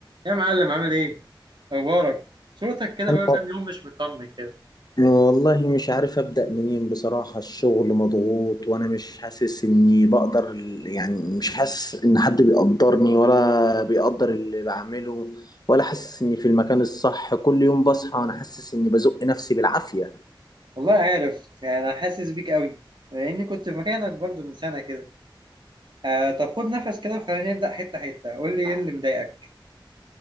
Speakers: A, on the right; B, on the left.
A: يا معلم عامل ايه؟ اخبارك؟ صوتك كده
B: أنا
A: بقى كام يوم مش مطمن كده
B: والله مش عارف أبدأ منين بصراحة الشغل مضغوط وأنا مش حاسس إني بقدر يعني مش حاسس إن حد بيقدرني ولا بيقدر اللي بعمله ولا حاسس إني في المكان الصح كل يوم بصحى وأنا حاسس إني بزق نفسي بالعافية
A: والله عارف انا حاسس بيك قوي لاني كنت في مكانك برضو من سنه كده آه طب خد نفس كده وخلينا نبدا حته حته قول لي ايه اللي مضايقك